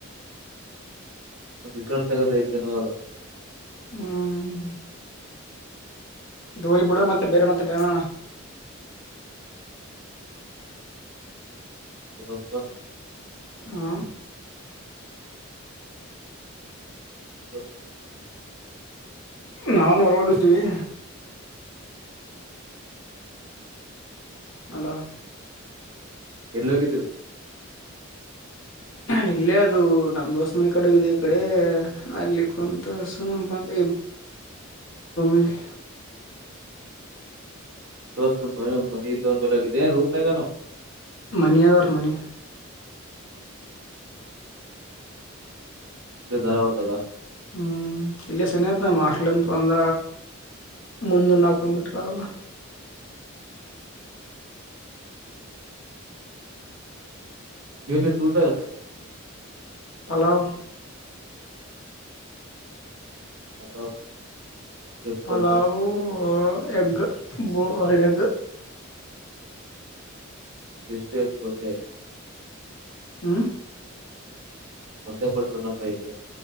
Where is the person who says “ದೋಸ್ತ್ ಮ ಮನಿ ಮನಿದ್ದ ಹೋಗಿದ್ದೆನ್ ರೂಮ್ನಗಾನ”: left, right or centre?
Right